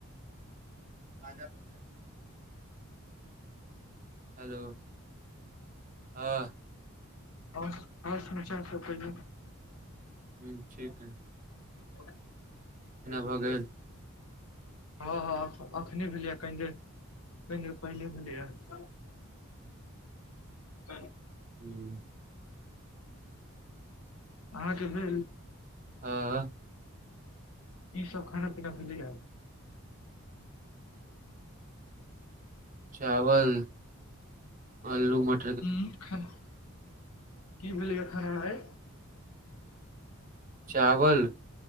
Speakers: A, on the right (about 35°); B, on the left (about 75°).
A: आ <unintelligible> हेलो, हँ।
B: और, और समाचार सब कहियौ।
A: हूँ ठीक अय।
B: <inaudible>
A: भऽ गेल
B: हँ हँ अखने भेलैए कनि देर, कनि देर पहिले भेलैए। क <unintelligible>
A: हूं।
B: अहाँके भेल?
A: आँ।
B: की सब खाना-पीना भेलैये।
A: चावल, अल्लू मट
B: हुं, खलौं, की भेलैये खेनै आई।
A: चावल